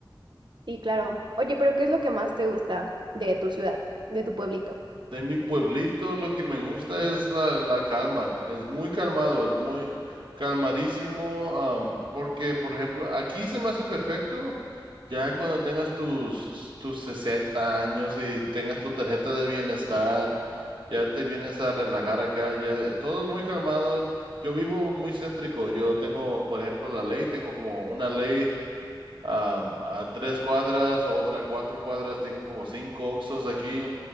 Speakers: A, on the right; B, on the right.
A: Sí, claro. Oye, pero ¿qué es lo que más te gusta de tu ciudad, de tu pueblito?
B: De mi pueblito lo que me gusta es la, la calma, es muy calmado, es muy calmadísimo, am, porque por ejemplo, aquí se me hace perfecto ya cuando tengas tus, tus 60 años y tengas tu tarjeta de bienestar, ya te vienes a relajar acá, ya todo es muy calmado, yo vivo muy céntrico, yo tengo por ejemplo la ley, tengo como una ley am, a tres cuadras, otra a cuatro cuadras, tengo como cinco oxos aquí.